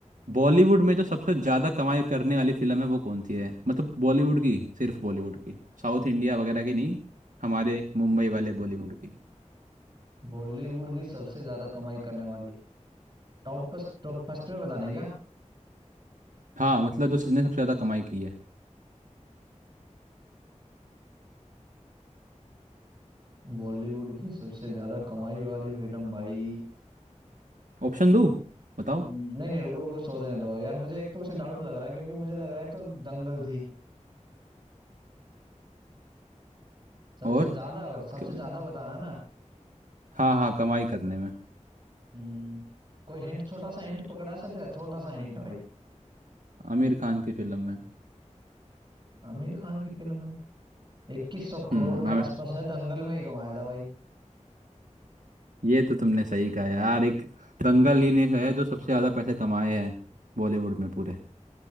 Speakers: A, on the right (about 85°); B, on the right (about 40°).
A: बॉलीवुड में जो सबसे ज्यादा कमाई करने वाली फिल्म है वो कौन सी है मतलब बॉलीवुड की सिर्फ बॉलीवुड की साउथ इंडिया वगैरह की नहीं हमारे मुंबई वाले बॉलीवुड की
B: बॉलीवुड की सबसे ज्यादा कमाई करने वाली टॉप फर्स्ट टॉप फर्स्ट में बताने क्या
A: हाँ मतलब जो जिसने सबसे ज्यादा कमाई की है
B: बॉलीवुड की सबसे ज्यादा कमाई वाली फिल्म भाई
A: ऑप्शन दो बताओ
B: हम्म, नहीं नहीं रुको रुको सोचने दो यार मुझे एक तो उसे डाउट लग रहा है क्योंकि मुझे लग रहा है एक तो दंगल थी सबसे
A: और
B: ज्यादा सबसे
A: क्यों-
B: ज्यादा बताना ना
A: हाँ हाँ कमाई करने में
B: हम्म, कोई हिंट छोटा सा हिंट पकड़ा सकता है छोटा सा हिंट भाई
A: आमिर खान की फिल्म में
B: आमिर खान की फिल्म में इक्कीस सौ करोड़
A: हम्म
B: के
A: आमिर
B: आसपास है दंगल में ही कमाया था भाई
A: ये तो तुमने सही कहा यार एक दंगल ही ने है जो सबसे ज्यादा पैसे कमाए हैं बॉलीवुड में पूरे